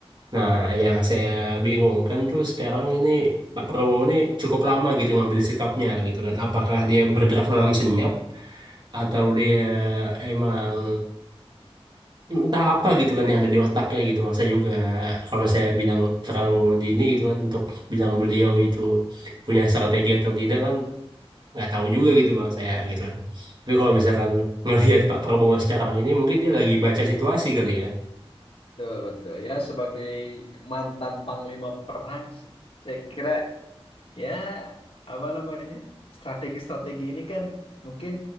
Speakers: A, on the right; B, on the left.
A: Nah, yang saya bingungkan tuh sekarang ini Pak Prabowo ini cukup lama gitu ngambil sikapnya gitu kan. Apakah dia bergerak
B: Hmm.
A: dalam senyap atau dia emang entah apa gitu kan yang ada di otaknya gitu. Masa juga kalau saya bilang terlalu dini gitu kan untuk bilang beliau itu punya strategi atau tidak kan nggak tahu juga gitu bang saya gitu kan. Tapi kalau misalkan <laughs> ngelihat Pak Prabowo sekarang ini mungkin dia lagi baca situasi kali ya.
B: Betul, betul. Ya, sebagai mantan panglima perang, s- saya kira ya apa namanya strategi-strategi ini kan mungkin